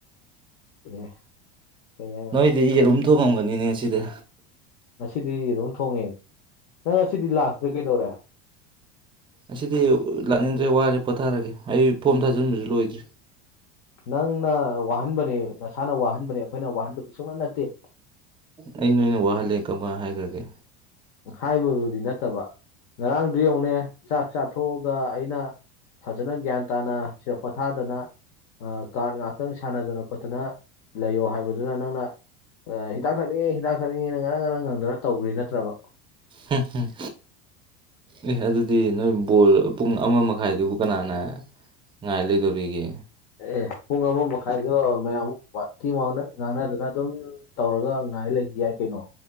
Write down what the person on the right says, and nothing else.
ꯁꯤꯗꯤ ꯌꯦꯔꯨꯝ ꯊꯣꯛꯣꯡꯉꯝꯒꯅꯤꯅꯦ ꯉꯁꯤꯗ
ꯑꯁꯤꯗꯤ ꯂꯥꯛꯅꯤꯡꯗ꯭ꯔꯦ ꯋꯥꯔꯦ ꯄꯣꯊꯥꯔꯒꯦ ꯑꯩ ꯐꯣꯝ ꯊꯥꯖꯤꯟꯕꯁꯨ ꯂꯣꯏꯗ꯭ꯔꯤ
ꯑꯩ ꯅꯣꯏꯅ ꯋꯥꯍꯜꯂꯦ ꯀꯔꯃꯥꯏꯅ ꯍꯥꯏꯈ꯭ꯔꯒꯦ
ꯎꯝ ꯎꯝ ꯑꯦꯍ ꯑꯗꯨꯗꯤ ꯅꯣꯏ ꯕꯣꯜ ꯄꯨꯡ ꯑꯃ ꯃꯈꯥꯏꯗꯨꯕꯨ ꯀꯅꯥꯅ ꯉꯥꯏ ꯂꯩꯗꯣꯔꯤꯒꯦ